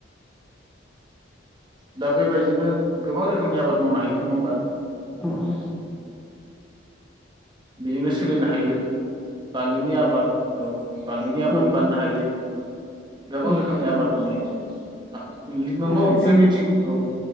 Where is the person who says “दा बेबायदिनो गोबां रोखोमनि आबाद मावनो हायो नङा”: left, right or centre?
Right